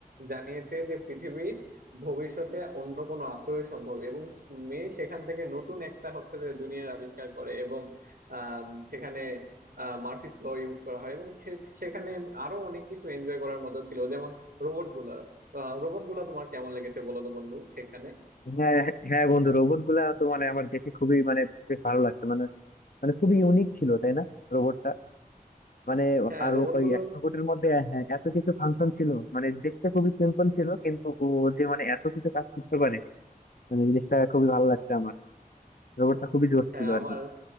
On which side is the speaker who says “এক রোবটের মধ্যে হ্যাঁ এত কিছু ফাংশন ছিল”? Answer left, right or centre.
Left